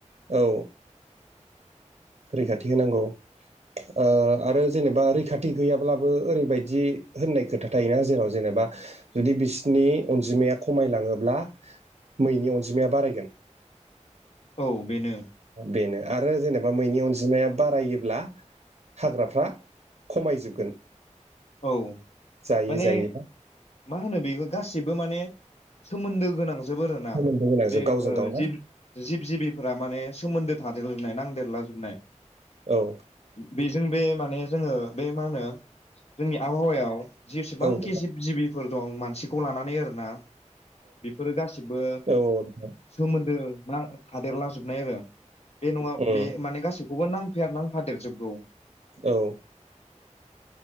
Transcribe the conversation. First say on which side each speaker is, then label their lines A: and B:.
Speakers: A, on the right; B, on the left.
A: औ रैखाथि होनांगौ। ओ आरो जेनेबा रैखाथि गैयाब्लाबो ओरैबायदि होननाय खोथा थायोना जेराव जेनेबा जुदि बिसनि अनजिमाया खमायलाङोब्ला मैनि अनजिमाया बारायगोन।
B: औ बेनो
A: बेनो आरो जेनेबा मैनि अनजिमाया बारायोब्ला हाग्राफ्रा खमायजोबगोन।
B: औ
A: जायै
B: माने
A: जायै ना
B: मा होनो बेखौ गासिबो माने सोमोन्दो गोनांजोबो आरोना
A: सोमोन्दो गोनांजोब
B: बे
A: गावजों
B: ओ
A: गाव ना
B: जि जिब जिबिफोरा माने सोमोन्दो थादेरलाजोबनाय नांदेरला जोबनाय
A: औ।
B: बेजों बे माने जोङो बे मा होनो जोंनि आबहावायाव जेसेबांखि
A: औ नोंथां
B: जिब जिबिफोर दं मानसिखौ लानानै आरोना बेफोरो गासिबो
A: औ औ नोंथां
B: सोमोन्दो थादेरलाजोबनाय आरो बे नङा
A: उम
B: बे माने गासैखौबो नांफेर नांफादेरजोबगौ।
A: औ।